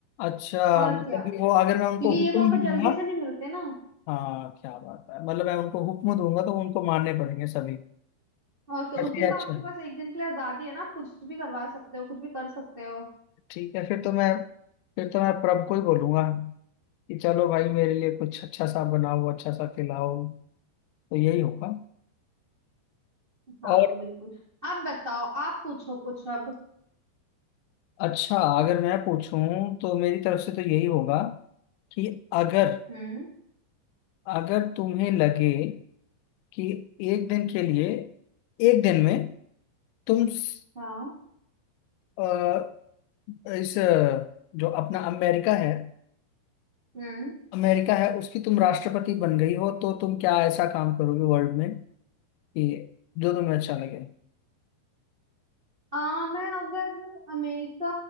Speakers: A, on the left (about 85°); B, on the right (about 80°).
A: अच्छा
B: और
A: मतलब
B: क्या
A: कि वो अगर
B: क्योंकि
A: मैं उनको
B: ये
A: हुक्म
B: मौके
A: भी दूंगा
B: जल्दी से नहीं मिलते ना
A: हाँ क्या बात है मतलब मैं उनको हुक्म दूंगा तो उनको मानने पड़ेंगे सभी
B: और क्या
A: अच्छा
B: उस दिन
A: अच्छा
B: तो आपके पास एक दिन के लिए आजादी है ना आप कुछ भी करवा सकते हो कुछ भी कर सकते हो
A: ठीक है फिर तो मैं फिर तो मैं प्रभ को ही बोलूंगा कि चलो भाई मेरे लिए कुछ अच्छा सा बनाओ अच्छा सा खिलाओ तो यही होगा और
B: हाँ बिल्कुल अब बताओ आप पूछो कुछ अब
A: अच्छा अगर मैं पूछूं तो मेरी तरफ से तो यही होगा कि अगर
B: हम्म
A: अगर तुम्हें लगे कि एक दिन के लिए एक दिन में तुम स-
B: हाँ
A: अ, इस अ, जो अपना अमेरिका है
B: हम्म
A: अमेरिका है उसकी तुम राष्ट्रपति बन गई हो तो तुम क्या ऐसा काम करोगे वर्ल्ड में कि जो तुम्हें अच्छा लगे
B: आ, मैं अगर अमेरिका